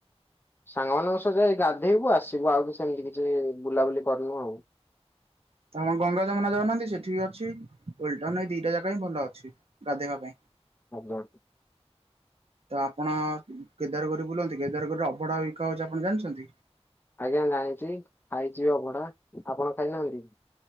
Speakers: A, on the left; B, on the right.
A: ସାଙ୍ଗମାନଙ୍କ ସହ ଯାଏ ଗାଧେଇବୁ ଆସିବୁ ଆଉ କି ସେମିତି କିଛି ବୁଲାବୁଲି କରନୁ ଆଉ।
B: ତାହାଲେ ଗଙ୍ଗା ଯମୁନା ଯାଉନାହାନ୍ତି ସେଠି ବି ଅଛି ଓଲଟାଉନ୍ ରେ ଏ ଦିଟା ଜାଗା ହିଁ ଭଲ ଅଛି ଗାଧୋଇବା ପାଇଁ।
A: ଆବଦଡ୍।
B: ତ ଆପଣ କେଦାରଗର ବୁଲନ୍ତି କେଦାରଗରରେ ଅବଢା ବିକାହଉଚି ଆପଣ ଜାଣିଛନ୍ତି?
A: ଆଜ୍ଞା ମୁଁ ଜାଣିଚି ଖାଇଚି ଅବଢା ଆପଣ ଖାଇନାହାନ୍ତି?